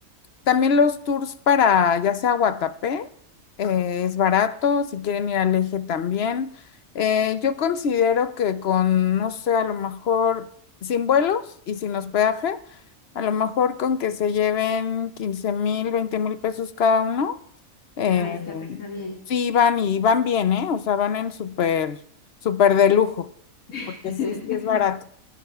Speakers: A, on the left (about 55°); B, on the left (about 80°).
A: también los tours para ya sea Guatapé, eh, es barato, si quieren ir al Eje también. Eh, yo considero que con, no sé, a lo mejor sin vuelos y sin hospedaje, a lo mejor con que se lleven quince mil, veinte mil pesos cada uno, eh,
B: Ah, está, está bien.
A: sí van y van bien, ¿eh? O sea, van en súper, súper de lujo,
B: <laughs>
A: porque sí, sí es barato.